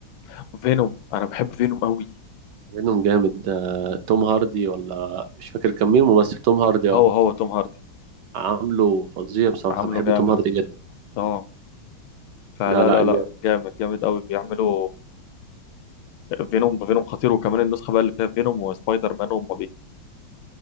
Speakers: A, on the left; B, on the right.
A: بحب فينوم انا بحب فينوم قوي
B: فينوم جامد ده توم هاردي ولا مش فاكر كان مين ممثل توم هاردي اه
A: هو هو توم هاردي
B: عامله فظيع بصراحة
A: عامله
B: بحب
A: جامد
B: توم هاردي جدا
A: اه فلا
B: لا لا
A: لا
B: جامد
A: لا جامد جامد قوي بيعملوا فينوم فينوم خطير وكمان النسخه بقى اللي فيها فينوم وسبايدر مان هم